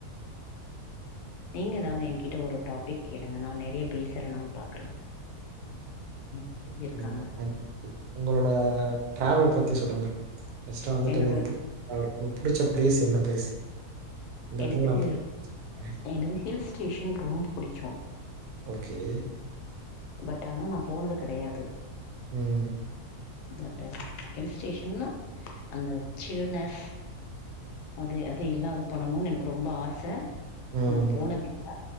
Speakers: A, on the left; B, on the right.
A: நீங்க ஏதாவது எ கிட்ட ஒரு டாபிக் கேளுங்க நா நெறைய பேசறனான் பாக்குறே எனக்கு தெரிஞ்சிருக்கான்னு
B: என்ன <inaudible> உங்களோட டிராவல் பத்தி சொல்லுங்க ஃபஸ்டா வந்துட்டு
A: என்னோட
B: உங்ளுக் <inaudible> புடிச்ச பிளேஸ் என்ன பிளேஸ் இந்த இடத்துக்கு
A: எனக்கு
B: நான் போவேன்.
A: எனக்கு ஹில் ஸ்டேஷன் ரொம்ப புடிக்கு
B: ஓகே
A: பட் ஆனா நா போனது கெடையாது
B: ம்
A: மாட்டாங்க ஹில் ஸ்டேஷன்னா அந்த சில்னஸ் அது அது இல்லாத பண்ணணுன் எனக்கு ரொம்ப ஆச
B: ம்.
A: நா போனதில்ல